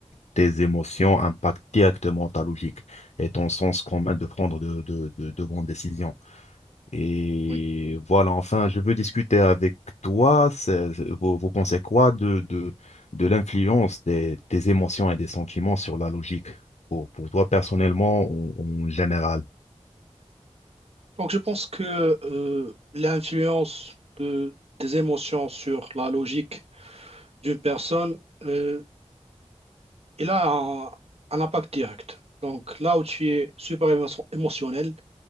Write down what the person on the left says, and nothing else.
tes émotions impactent directement ta logique et ton sens commun de prendre de de- de- de bonnes décisions. Et
voilà, enfin, je veux discuter avec toi. c'est- Vous, vous pensez quoi de, de, de l'influence des, des émotions et des sentiments sur la logique, pour, pour toi personnellement ou en général?